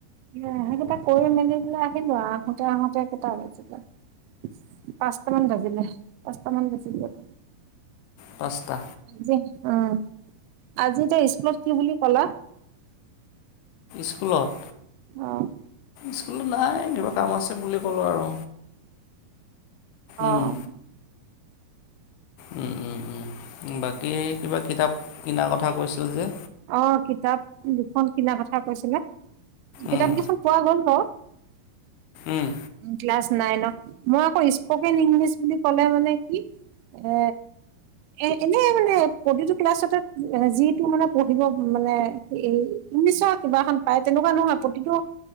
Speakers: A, on the right; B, on the left.
A: সেইকেইটা কৰি মেলি পেলাই আহিলোঁ আৰু আহোঁতে, আহোঁতে কেইটা বজিলে পাঁচটা মান বাজিলে, পাঁচটা মান বাজি গ'ল।
B: পাঁচটা!
A: আজি উম, আজি তে স্কুলত কি বুলি ক'লা?
B: স্কুলত?
A: অ'।
B: স্কুলত নাই, কিবা কাম আছে বুলি ক'লোঁ আৰু।
A: অ',
B: উম
A: অ'।
B: উম, উম, উম। বাকী, কিবা কিতাপ কিনাৰ কথা কৈছিল যে!
A: অ, কিতাপ দুখন কিনা কথা কৈছিলে। কিতাপ
B: উম
A: কেইখন পোৱা গ'ল ত।
B: উম
A: ক্লাছ নাইন মই আকৌ স্পকেন ইংলিছ বুলি ক'লে মানে কি এ, এ, এনে মানে প্ৰতিটো ক্লাছতে যিটো মানে পঢ়িব মানে ইংলিছৰ কিবা এখন পায় তেনেকুৱা নহয় প্ৰতিটো